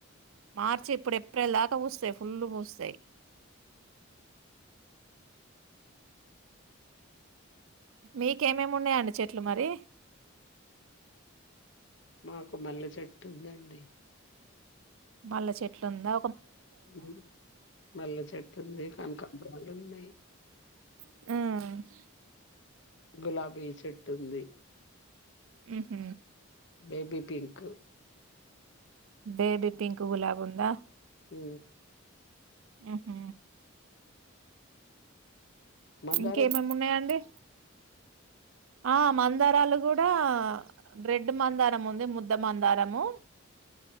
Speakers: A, on the right; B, on the left.
A: మార్చి ఇప్పుడు ఏప్రిల్ దాక పుస్తయ్ ఫుల్ పుస్తయ్ మీకేమేమి ఉన్నాయండి చెట్లు మరి
B: మాకు మల్లె చెట్టు ఉందండి
A: మళ్ళ చెట్లుందా
B: ఉమ్ మల్లె చెట్టుంది కానకాంబరాలున్నాయ్
A: మ్
B: గులాబీ చెట్టుంది.
A: ఉహ్
B: బేబీ పింక్
A: బేబీ పింక్ గులాబ్ ఉందా
B: హ్
A: ఉహ్
B: మందారా
A: ఇంకేమేమి ఉన్నాయండి ఆ మందారాలు గూడా రెడ్ మందారం ఉంది ముద్ద మందారము.